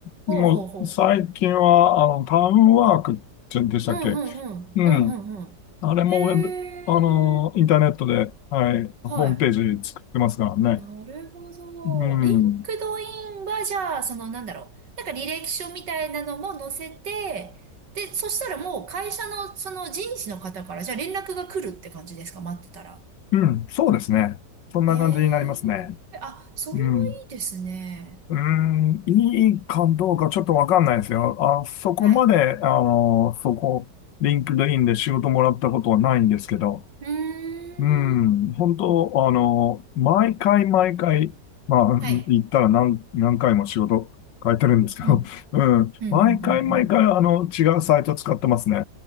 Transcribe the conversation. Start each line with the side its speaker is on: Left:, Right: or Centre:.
Left: もう、
Right: ほうほうほうほ
Left: 最近は、あの、タウンワークってんでしたっけ
Right: う。うんうんうん。
Left: うん。
Right: うんうんうん。
Left: あれもウェブ、
Right: へえ。
Left: あの、インターネットで、はい。ホームページ作ってますからね。
Right: はい。なるほ
Left: う
Right: ど。リンクドインはじゃあ、
Left: ん。
Right: そのなんだろう。なんか履歴書みたいなのも載せて、で、そしたらもう会社のその人事の方からじゃあ連絡が来るって感じですか待ってたら。
Left: うん。そうですね。そんな感じになりますね。
Right: へえ。あ、それはいいですね。
Left: うん。うーん、いいかどうかちょっとわかんないですよ。あ、そこまで、
Right: はい。
Left: あの、そこ、リンクドインで仕事もらったことはないんですけど、
Right: うーん。
Left: うん、本当、あの、毎回毎回、まあ、
Right: はい。
Left: 言ったら何、何回も仕事変えてるんですけど、
Right: うん。
Left: うん、
Right: うん、
Left: 毎回毎回、
Right: うん、うん、うん
Left: あの、違うサイト使ってますね。